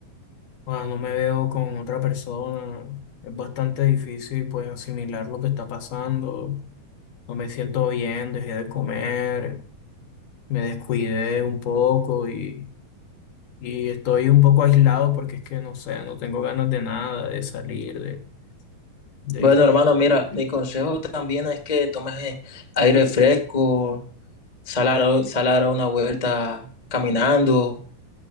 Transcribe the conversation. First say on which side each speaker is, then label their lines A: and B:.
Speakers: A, on the left; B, on the left.
A: cuando no me veo con otra persona, es bastante difícil pues asimilar lo que está pasando, no me siento bien, dejé de comer, me descuidé un poco y, y estoy un poco aislado porque es que no sé, no tengo ganas de nada, de salir, de... de...
B: Bueno, hermano, mira, mi consejo también es que tomes eh, aire fresco, sal a, dar- a una vuelta caminando,